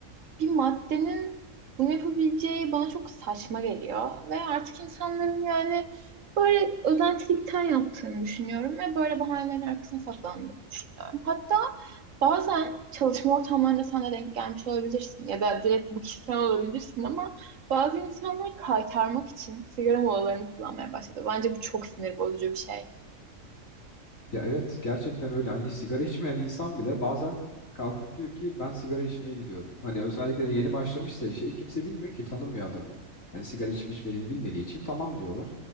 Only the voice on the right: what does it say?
bir maddenin bunu yapabileceği bana çok saçma geliyor. Ve artık insanların yani böyle özentilikten yaptığını düşünüyorum ve böyle bahanelerin arkasına saklandığını düşünüyorum. Hatta Bazen çalışma ortamlarında sen de denk gelmiş olabilirsin ya da direkt bu kişisel olabilirsin ama bazı insanlar kaytarmak için sigara molalarını kullanmaya başladı. Bence bu çok sinir bozucu bir şey.